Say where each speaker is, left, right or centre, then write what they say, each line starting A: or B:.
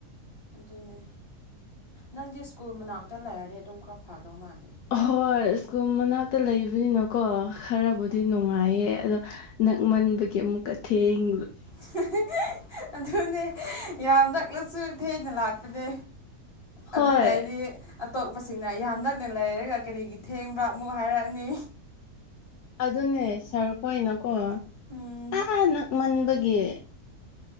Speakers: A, on the left (about 40°); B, on the left (about 75°).
A: ꯑꯗꯨꯅꯦ ꯅꯪꯗꯤ ꯁ꯭ꯀꯨꯜ ꯃꯅꯥꯛꯇ ꯂꯩꯔꯗꯤ ꯑꯗꯨꯝ ꯈꯔ ꯐꯗꯧ ꯃꯥꯥꯜꯂꯦ
B: ꯑꯍꯣꯏ ꯁ꯭ꯀꯨꯜ ꯃꯅꯥꯛꯇ ꯂꯩꯕꯅꯤꯅꯀꯣ ꯈꯔꯕꯨꯗꯤ
A: ꯎꯝ
B: ꯅꯨꯡꯉꯥꯏꯌꯦ ꯑꯗꯣ ꯅꯛꯃꯟꯕꯒꯤ ꯑꯃꯨꯛꯀ ꯊꯦꯡ
A: <unintelligible> ꯑꯗꯨꯅꯦ <unintelligible> ꯌꯥꯝ ꯅꯛꯂꯁꯨ ꯊꯦꯡꯅ ꯂꯥꯛꯄꯅꯦ
B: ꯍꯣꯏ
A: ꯑꯗꯨꯅ ꯑꯩꯗꯤ ꯑꯇꯣꯞꯄꯁꯤꯡꯅ ꯌꯥꯝ ꯅꯛꯅ ꯂꯩꯔ ꯒ ꯀꯔꯤꯒꯤ ꯊꯦꯡꯕ꯭ꯔ ꯑꯃꯨꯛ ꯍꯥꯏꯔꯛꯑꯅꯤ
B: ꯑꯗꯨꯅꯦ ꯁꯥꯔ ꯈꯣꯏꯅꯀꯣ
A: ꯎꯝ
B: ꯑꯥ ꯅꯛꯃꯟꯕꯒꯤ